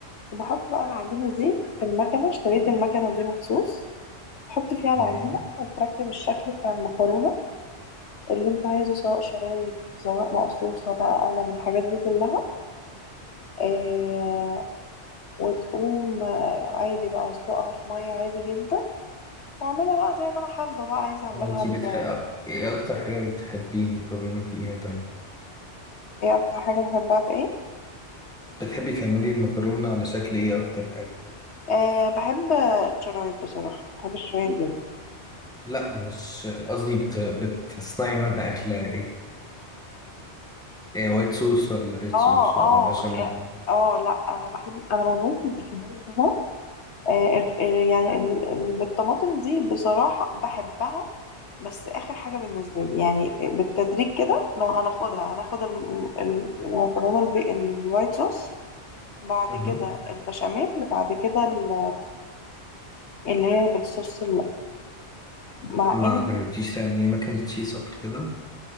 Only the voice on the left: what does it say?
وبحط بقى العجينة دي في المكنة اشتريت المكنة دي مخصوص تحط فيها
العجينة وتركب الشكل بتاع المكرونة اللي انت عايزه سواء شرايط سواء مقصوصة بقى قلم الحاجات دي كلها اه وتقوم آه، عادي بقى اسلقها في مية عادي جدا واعملها بقى زي ما انا حابة بقى عايزة اعملها
ب
ايه اكتر حاجة بحبها في ايه
اه بحب الشرايط بصراحة بحب الشرايط جدا
اه
اه
اه لا انا بحب انا بموت في البشاميل طبعا آه، ال- ال- يعني ال- ال- بالطماطم دي بصراحة بحبها بس آخر حاجة بالنسبة لي يعني بالتدريج كده لو هناخدها هناخد الم- ال- المكرونة البي- الوايت صوص بعد
كده البشاميل بعد كده ال- اللي هي بالصوص اللحم مع
ان